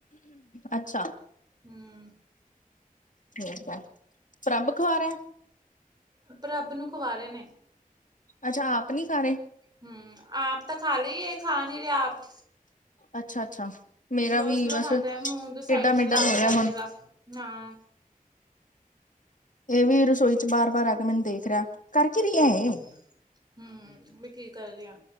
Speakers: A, on the left; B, on the right.
A: ਅੱਛਾ।
B: ਹੂ
A: ਠੀਕ ਹੈ ਪ੍ਰੰਭ ਖੂਆ ਰਿਆ।
B: ਰੱਬ ਨੂੰ ਖਵਾ ਰਹੇ ਨੇ।
A: ਅੱਛਾ ਆਪ ਨਹੀਂ ਖਾ ਰਹੇ।
B: ਹੂ ਆਪ ਤਾਂ ਖਾ ਲਈਏ ਇਹ ਖਾ ਨਹੀ ਰਿਹਾ ਆਪ।
A: ਅੱਛਾ, ਅੱਛਾ। ਮੇਰਾ
B: ਸਲੋਅ
A: ਵੀ
B: ਸਲੋ ਖਾਂਦਾ
A: ਬਸ
B: ਹੈ ਮੂੰਹ ਦੇ ਸਾਈਡ
A: ਟੇਢਾ
B: ਚਲਾ
A: ਮੇਢਾ ਹੋ
B: ਕੇ
A: ਰਿਹਾ
B: ਬਹਿ ਜਾਏਗਾ
A: ਹੁਣ
B: ਹਾਂ। ੍
A: ਇਹ ਵੀ ਰਸੋਈ ਚ ਬਾਰ ਬਾਰ ਆ ਕੇ ਮੈਨੂੰ ਦੇਖ ਰਿਹਾ ਕਰ ਕੀ ਰਹੀ ਹੈ
B: ਹੂ <unintelligible>
A: ਇਹ
B: ਮੈਂ ਕੀ ਕਰ ਰਹੀ ਆ।